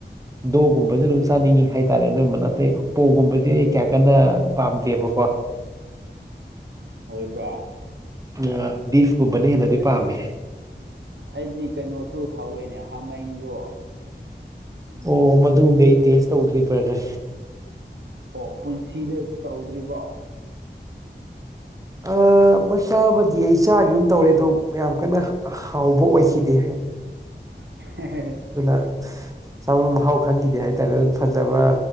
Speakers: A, on the right; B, on the right.
A: ꯗꯣꯛꯒꯨꯝꯕꯁꯨ ꯑꯗꯨꯝ ꯆꯥꯅꯤꯡꯉꯤ ꯍꯥꯏꯇꯥꯔꯦ ꯑꯅꯝꯕꯅ ꯑꯇꯩ ꯄꯣꯛꯒꯨꯝꯕꯁꯦ ꯑꯩ ꯀꯌꯥ ꯀꯟꯅ ꯄꯥꯝꯗꯦꯕꯀꯣ
B: ꯑꯣꯏꯕ꯭ꯔꯥ
A: ꯑꯥ ꯕꯤꯐ ꯀꯨꯝꯕꯅ ꯍꯦꯟꯅꯗꯤ
B: ꯑꯩ
A: ꯄꯥꯝꯃꯤ
B: ꯑꯩꯗꯤ ꯀꯩꯅꯣꯁꯨ ꯍꯥꯎꯋꯦꯅꯦ ꯍꯥꯃꯦꯡꯖꯨ
A: ꯑꯣ ꯃꯗꯨꯝꯗꯤ ꯑꯩ ꯇꯦꯁ ꯇꯧꯗ꯭ꯔꯤ ꯕ꯭ꯔꯗꯔ
B: ꯑꯣ ꯄꯨꯟꯁꯤꯗ ꯇꯧꯗ꯭ꯔꯤꯕꯣ
A: ꯑ ꯃꯆꯥ ꯑꯃꯗꯤ ꯑꯩ ꯆꯥꯒꯤꯒꯨꯝ ꯇꯧꯔꯦ ꯑꯗꯣ ꯌꯥꯝ ꯀꯟꯅ ꯍꯥꯎꯕ ꯑꯣꯏꯈꯤꯗꯦ
B: <unintelligible>
A: ꯑꯗꯨꯅ ꯆꯥꯕ ꯃꯍꯥꯎ ꯈꯪꯒꯤꯗꯦ ꯍꯥꯏꯇꯥꯔꯦ ꯐꯖꯕ